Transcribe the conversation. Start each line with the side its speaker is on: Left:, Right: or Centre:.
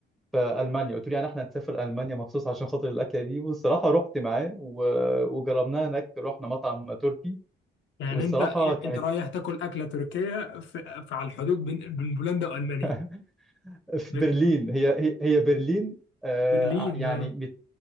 Centre: في المانيا قلت له يعني احنا هنسافر المانيا مخصوص عشان خاطر الاكله دي والصراحه رحت معاه و... وجربناها هناك رحنا مطعم تركي
Left: يعني
Centre: والصراحه
Left: انت
Centre: كانت
Left: انت رايح تاكل اكله تركيه في, في على الحدود بين بين بولندا والمانيا
Centre: <laughs> في
Left: بت-
Centre: برلين هي هي هي برلين آه
Left: برلين
Centre: ع- يعني
Left: اه
Centre: مت-